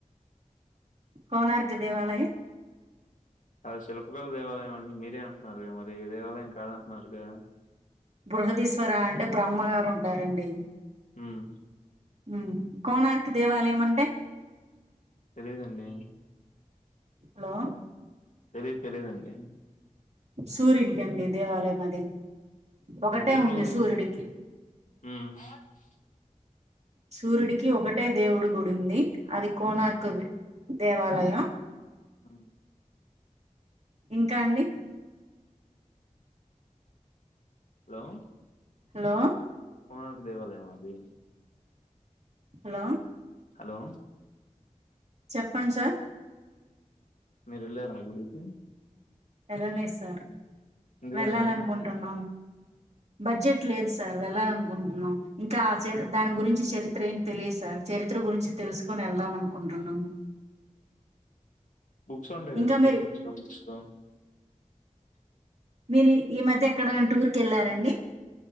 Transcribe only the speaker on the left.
అది శిల్పకళ దేవాలయం అండి మీరే అంటున్నారుగా మరి దేవాలయం కాదంటున్నారుగా
హ్మ్
తెలియదండి
తెలిదు తెలీయదండి
ఇ దేవుళ్ళ
గురించ్
హ్మ్మ్ ఆ ట్
ఉమ్
హు
హలో
కోణార్క్ దేవాలయం మా అది
హలో
మీరు ఎల్లారా ఆ గుడికి
ఎందుకండి.
బుక్స్ ఉంటాయి కదా
చదువుకోవచ్చుగా
బుక్స్ లో